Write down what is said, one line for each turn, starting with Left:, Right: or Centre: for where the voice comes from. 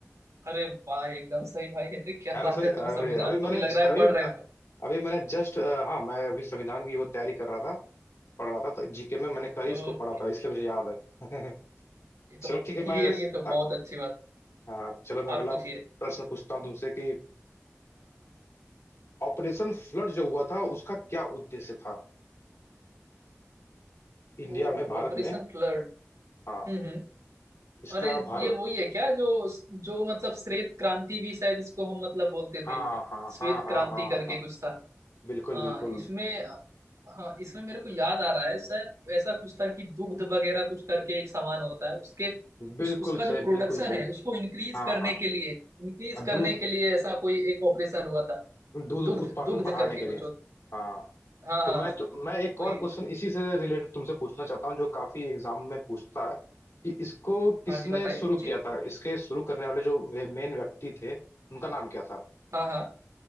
Right: अरे वाह एकदम सही भाई अरे क्या
Left: है ना
Right: बात
Left: सही
Right: है तुम
Left: अरे
Right: संविधान
Left: अभी
Right: को
Left: मैंने
Right: भी लग रहा है
Left: अभी
Right: पढ़ रहे
Left: अभी मैंने जस्ट हाँ मैं अभी संविधान की वो तैयारी कर रहा था पढ़ रहा था तो जीके में मैंने कल
Right: हो
Left: ही इसको
Right: ओके
Left: पढ़ा था इसलिए मुझे याद है <laughs>
Right: ये
Left: चलो
Right: तो
Left: ठीक है मैं
Right: ये ये तो बहुत
Left: अ-
Right: अच्छी बात
Left: हाँ, चलो मैं
Right: है
Left: अगला
Right: आप पूछिए
Left: प्रश्न पूछता हूँ तुमसे कि ऑपरेशन फ्लड जो हुआ था उसका क्या उद्देश्य था इंडिया
Right: ओ
Left: में भारत
Right: Operation
Left: में
Right: flood
Left: हाँ
Right: हम्म हम्म।
Left: इसका
Right: अरे
Left: भारत
Right: ये वही है क्या जो जो मतलब श्वेत क्रांति भी शायद इसको हम मतलब बोलते
Left: हाँ
Right: थे
Left: हाँ
Right: श्वेत
Left: हाँ हाँ
Right: क्रांति
Left: हाँ
Right: करके
Left: हाँ
Right: कुछ था
Left: बिल्कुल
Right: हाँ
Left: बिल्कुल
Right: इसमें हाँ इसमें मेरे को याद आ रहा है शायद ऐसा कुछ था कि दुग्ध वगैरह कुछ करके एक सामान होता है उसके उस
Left: बिल्कुल
Right: उसका जो
Left: सही
Right: प्रोडक्शन
Left: बिल्कुल सही
Right: है उसको इंक्रीज
Left: हाँ
Right: करने
Left: हाँ
Right: के लिए इंक्रीज करने
Left: दूध
Right: के लिए ऐसा कोई एक ऑपरेशन हुआ था
Left: दूध
Right: दुग्ध
Left: उत्पादन
Right: दुग्ध
Left: बढ़ाने
Right: करके
Left: के
Right: कुछ
Left: लिए
Right: होता
Left: हाँ
Right: हाँ हाँ
Left: तो मैं
Right: हाँ,
Left: तो मैं एक
Right: कोई
Left: और क्वेश्चन इसी से रिलेटेड तुमसे पूछना चाहता हूँ जो काफी एग्जाम में पूछता है कि इसको किसने
Right: हाँ जी बताइए
Left: शुरू
Right: पूछिए
Left: किया था इसके शुरू करने वाले जो वे मेन व्यक्ति थे उनका नाम क्या था
Right: हाँ हाँ